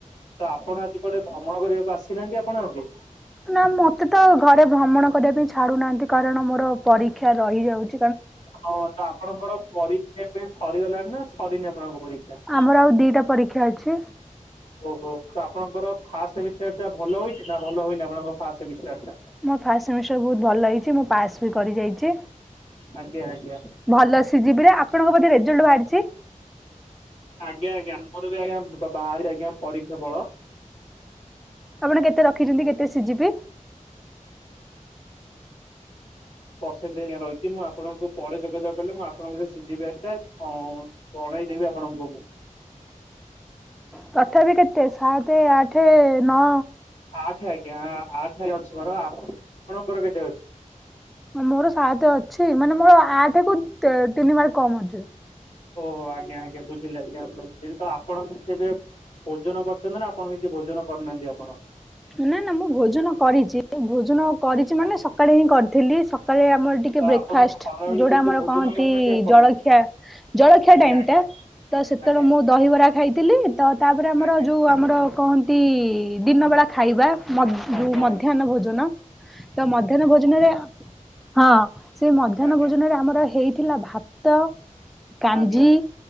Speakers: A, on the left; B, in the centre.
A: ତ ଆପଣ ଆଜି କୁଆଡ଼େ ଭ୍ରମଣ କରିବାକୁ ଆସିନାହାନ୍ତି ଆପଣ ଆଜି?
B: ନା ମତେ ତ ଘରେ ଭ୍ରମଣ କରିବା ପାଇଁ ଛାଡୁନାହାନ୍ତି କାରଣ ମୋର ପରୀକ୍ଷା ରହିଯାଉଚି।
A: ହଁ ତ ଆପଣଙ୍କର ପରୀକ୍ଷା ଏବେ ସରିଗଲାଣି ନା ସରିନି ଆପଣଙ୍କ ପରୀକ୍ଷା?
B: ଆମର ଆଉ ଦିଟା ପରୀକ୍ଷା ଅଛି।
A: ଓହୋ ତ ଆପଣଙ୍କର ଫାଷ୍ଟ୍ ସେମିଷ୍ଟାର୍ ଭଲ ହୋଇଚି ନା ଭଲ ହୋଇନି ଆପଣଙ୍କ ଫାଷ୍ଟ୍ ସେମିଷ୍ଟାର୍ ଟା?
B: ଫାଷ୍ଟ୍ ସେମିଷ୍ଟାର୍ ବହୁତ୍ ଭଲ ହେଇଚି ମୁଁ ପାସ୍ ବି କରି ଯାଇଚି।
A: ଆଜ୍ଞା ଆଜ୍ଞା
B: ଭଲ ସି ଜି ପି ରେ ଆପଣଙ୍କ ବୋଧେ ରେଜଲ୍ଟ୍ ବାହାରିଚି?
A: ଆଜ୍ଞା ଆଜ୍ଞା ଆମର ବି ଆଜ୍ଞା ବାହାରିଚି ଆଜ୍ଞା ପରୀକ୍ଷା ଫଳ
B: ଆପଣ କେତେ ରଖିଛନ୍ତି କେତେ ସି ଜି ପି?
A: ପରସେଣ୍ଟ ଆଜ୍ଞା ରହିଛି ମୁଁ ଆପଣଙ୍କୁ ପରେ ଯୋଗାଯୋଗ କଲେ ମୁଁ ଆପଣଙ୍କର ସି ଜି ବ୍ୟାଗ ଟା ଅଁ। ଜଣେଇ ଦେବି ଆପଣଙ୍କୁ ମୁଁ।
B: ତଥାପି କେତେ ସାତ ଆଠ ନଅ।
A: ଆଠ ଆଜ୍ଞା ଆଠ ରେ ଅଛି ମୋର ଆପଣଙ୍କର କେତେ ଅଛି।
B: ମୋର ସାତ ଅଛି ମାନେ ମୋର ଆଠ କୁ ତିନି ମାର୍କ କମ ଅଛି।
A: ଓହୋ ଆଜ୍ଞା ଆଜ୍ଞା ବୁଝିଲି ଆଜ୍ଞା ଆପଣଙ୍କ ବୁଝିଲି ତ ଆପଣଙ୍କୁ ସି ଏବେ ଭୋଜନ କରିଛନ୍ତି ନା ଆପଣ କିଛି ଭୋଜନ କରିନାହାନ୍ତି ଆପଣ।
B: ନା ନା ମୁଁ ଭୋଜନ କରିଛି ଭୋଜନ କରିଛି ମାନେ
A: ଆଜ୍ଞା
B: ସକାଳେ ହିଁ କରିଥିଲି ସକାଳେ ଆମ‌ ଏ ଟିକେ
A: ତ
B: ବ୍ରେକ୍ଫାଷ୍ଟ
A: ଆପଣ ଖରାବେଳେ
B: ଯୋଉଟା
A: କିଛି
B: ଆମର
A: ଭୋଜନ
B: କହନ୍ତି
A: କରିନାହାନ୍ତି ଆପଣ
B: ଜଳଖିଆ ଜଳଖିଆ
A: ଆଜ୍ଞା
B: ଟାଇମ
A: ଆଜ୍ଞା
B: ଟା। ତ ସେତେବେଳେ
A: ଆଜ୍ଞା।
B: ମୁଁ ଦହିବରା ଖାଇଥିଲି ତ ତାପରେ ଆମର
A: ଆଜ୍ଞା
B: ଯୋଉ ଆ ଆମର କହନ୍ତି ଦିନବେଳା ଖାଇବା। ମ ଯୋଉ
A: ଆଜ୍ଞା
B: ମଧ୍ୟାହ୍ନ
A: ଆଜ୍ଞା
B: ଭୋଜନ ତ ମଧ୍ୟାହ୍ନ ଭୋଜନରେ ହଁ ସେଇ ମଧ୍ୟାହ୍ନ
A: ଆଜ୍ଞା
B: ଭୋଜନରେ ଆମର ହେଇଥିଲା ଭାତ କାଞ୍ଜି।
A: ଆଜ୍ଞା।